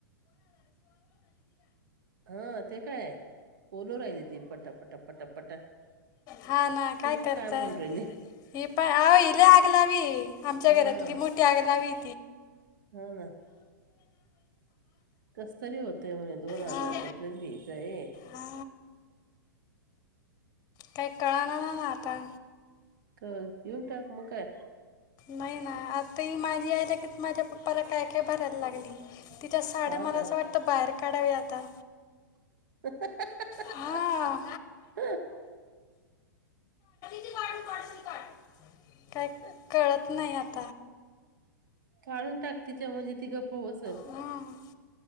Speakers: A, on the right; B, on the left.
A: हा ते काय पोलो राहिली ती पटापटा पटापटा --
B: हा ना
A: ते ब
B: करताय
A: काय मन राहिले.
B: ही पण अ हिला आगलावी आमच्या
A: हा
B: घरातली मोठी आगलावी.
A: हा ना. कस तरी होतय म्हणे दोन हजारचा
B: हा
A: ड्रेस घ्यायचा आहे
B: हा काही कळना ना ना आता.
A: का येेऊन टाक म काय.
B: नाही ना आता ही माझी आईला की माझ्या पप्पाला काय काय भरायला लागली. तिच्या साड्या
A: हा
B: मला
A: का
B: असं वाटतं बाहेर काढाव्या आता.
A: <unintelligible>
B: हा <unintelligible> काय कळत नाही आ --
A: काळून टाक तिच्या म्हणजे ती गप्प बसल.
B: हं